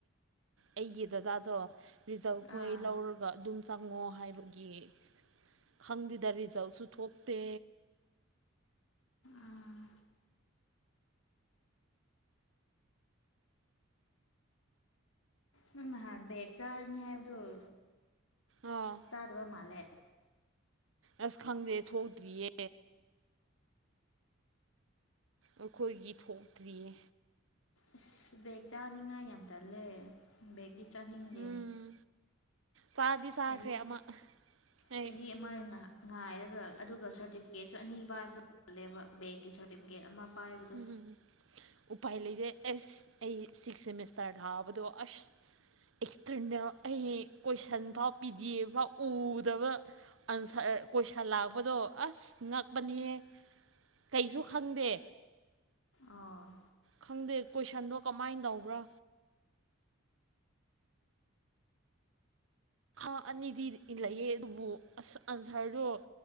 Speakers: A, on the right; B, on the left.
A: ꯑꯩꯒꯤ ꯗꯗꯥꯗꯣ ꯔꯤꯖꯜꯈꯣꯏ
B: ꯑꯥ
A: ꯂꯧꯔꯒ ꯑꯗꯨꯝ ꯆꯪꯉꯣ ꯍꯥꯏꯕꯒꯤ ꯈꯪꯗꯦꯗ ꯔꯤꯖꯜꯁꯨ ꯊꯣꯛꯇꯦ
B: ꯑꯥ ꯅꯪ ꯅꯍꯥꯟ ꯕꯦꯛ ꯆꯥꯔꯅꯤ ꯍꯥꯏꯕꯗꯨꯣ
A: ꯑꯥ
B: ꯆꯥꯗꯕ ꯃꯥꯜꯂꯦ
A: ꯑꯁ ꯈꯪꯗꯦ ꯊꯣꯛꯇ꯭ꯔꯤꯌꯦ ꯑꯩꯈꯣꯏꯒꯤ ꯊꯣꯛꯇ꯭ꯔꯤꯌꯦ
B: ꯑꯁ ꯕꯦꯒ ꯆꯥꯅꯤꯡꯉꯥꯏ ꯌꯥꯝ ꯇꯜꯂꯦ ꯕꯦꯒꯗꯤ ꯆꯥꯅꯤꯡꯗꯦ
A: ꯎꯝ ꯆꯥꯗꯤ ꯆꯥꯈ꯭ꯔꯦ
B: ꯆꯍꯤ
A: ꯑꯃ ꯑꯩ
B: ꯆꯍꯤ ꯑꯃ ꯉꯥꯏꯔꯒ ꯑꯗꯨꯒ ꯁꯥꯔꯇꯤꯐꯤꯀꯦꯠꯁꯨ ꯑꯅꯤ ꯄꯥꯏꯕꯗꯣ <unintelligible> ꯕꯦꯛꯀꯤ ꯁꯔꯇꯤꯐꯤꯦꯠ ꯑꯃ ꯄꯥꯏꯕꯗꯣ
A: ꯎꯝ ꯎꯄꯥꯏ ꯂꯩꯔꯦ ꯑꯁ ꯑꯩ ꯁꯤꯛꯁ ꯁꯦꯃꯤꯁꯇꯔ ꯊꯥꯕꯗꯣ ꯑꯁ ꯑꯦꯛꯇꯔꯅꯜ ꯑꯩ ꯀꯣꯏꯁꯟꯐꯥꯎ ꯄꯤꯗꯤꯑꯐ ꯐꯥꯎ ꯎꯗꯕ ꯑꯟꯁꯔ ꯀꯣꯏ <unintelligible> ꯂꯥꯛꯄꯗꯣ ꯑꯁ ꯉꯛꯄꯅꯤꯍꯦ ꯀꯩꯁꯨ ꯈꯪꯗꯦ
B: ꯑꯣ
A: ꯈꯪꯗꯦ ꯀꯣꯏꯁꯟꯗꯣ ꯀꯃꯥꯏꯅ ꯇꯧꯕ꯭ꯔꯥ <unintelligible> ꯑꯅꯤꯗꯤ ꯂꯩꯌꯦ ꯑꯗꯨꯕꯨ ꯑꯁ ꯑꯟꯁꯔꯗꯣ